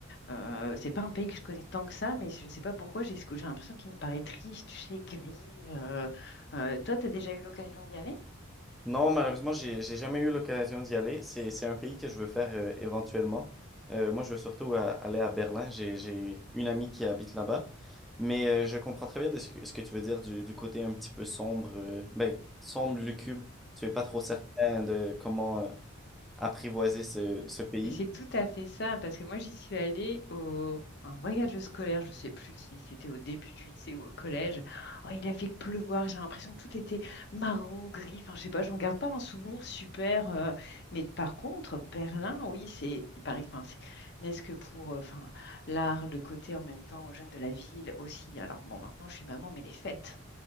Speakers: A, on the left; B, in the centre.
A: euh, c'est pas un pays que je connais tant que ça, mais je ne sais pas pourquoi, j'ai ce que j'ai l'impression qu'il me paraît triste, tu sais, gris. euh. Euh, toi, tu as déjà eu l'occasion d'y aller?
B: Non, malheureusement, j'ai, j'ai jamais eu l'occasion d'y aller. C'est, c'est un pays que je veux faire euh, éventuellement. Euh, moi, je veux surtout a- aller à Berlin. J'ai, j'ai une amie qui habite là-bas. Mais euh, je comprends très bien de ce que, ce que tu veux dire du, du côté un petit peu sombre, euh, ben, sombre, lucube. Tu es pas trop certain de comment. euh, apprivoiser ce, ce pays.
A: Mais c'est tout à fait ça, parce que moi j'y suis allée au un voyage scolaire, je sais plus si c'était au début du lycée ou au collège. Oh, il a fait pleuvoir, j'ai l'impression que tout était marron, gris, enfin je sais pas, j'en garde pas un souvenir super. euh, Mais par contre, Berlin, oui, c'est, il paraît, enfin c'est, n'est-ce que pour, euh, enfin l'art, le côté en même temps jeune de la ville aussi. Alors bon, maintenant je suis maman, mais les fêtes,